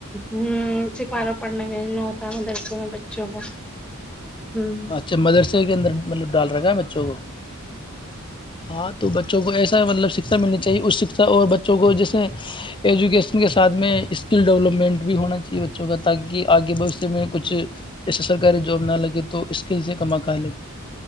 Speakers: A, in the centre; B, on the left.
A: ہ سپارہ پڑھنے میں ہوتا ہے مدرکوں میں بچوں کو ہ
B: اچھا مدرسے کے اندر مطلب ڈالر کا <unintelligible> کو ہاں تو بچوں کو ایسا مطلب س شکھا ملنی چاہیے اس شکھا اور بچوں کو جیسے ایجوکیشن کے ساتھ میں اسکل ڈیولپمنٹ بھی ہونا چاہیے بچوں کا تاکہ آگے بش میں کچھ ایسے سرکاری جاب نہ لگے تو پل سے کماکا لے